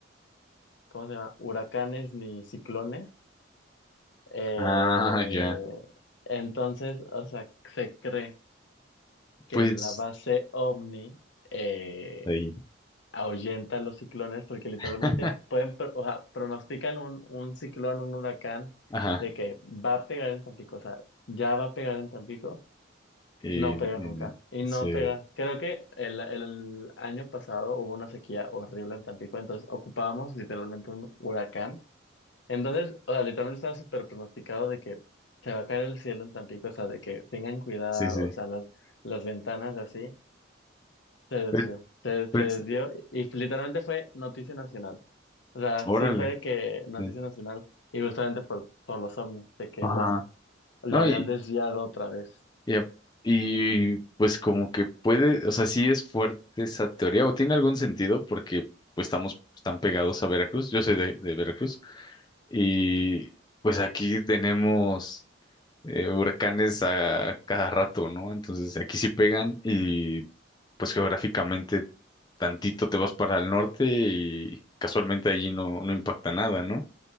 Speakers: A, on the left; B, on the left.
A: ¿cómo se llama? Huracanes ni ciclones. Eh,
B: Ah, ya.
A: entonces, o sea, se cree que
B: Pues
A: en la base OVNI eh,
B: ahí.
A: ahuyenta los ciclones porque literalmente
B: <laughs>
A: pueden, pro- o sea, pronostican un, un ciclón, un huracán,
B: Ajá.
A: de que va a pegar en Tampico, o sea, ya va a pegar en Tampico.
B: Y,
A: No
B: y
A: pega nunca.
B: de-
A: Y no
B: sí,
A: pega. Creo que el, el año pasado hubo una sequía horrible en Tampico, entonces ocupábamos literalmente un huracán. Entonces, o sea, literalmente estaba súper pronosticado de que se va a caer el cielo en Tampico, o sea, de que tengan cuidado,
B: sí, sí.
A: o sea, las, las ventanas así, se desvió.
B: Pues,
A: Se, se desvió
B: pues,
A: y literalmente fue noticia nacional. O sea,
B: órale.
A: sí fue de que noticia
B: sí.
A: nacional y justamente por, por los ovnis, de que
B: Ajá.
A: lo, lo
B: No,
A: habían
B: y,
A: desviado otra vez.
B: y, a- y, pues como que puede, o sea, sí es fuerte esa teoría, o tiene algún sentido, porque pues estamos tan pegados a Veracruz. Yo soy de, de Veracruz. Y pues aquí tenemos eh, huracanes a cada rato, ¿no? Entonces aquí sí pegan y pues geográficamente tantito te vas para el norte y casualmente allí no, no impacta nada, ¿no?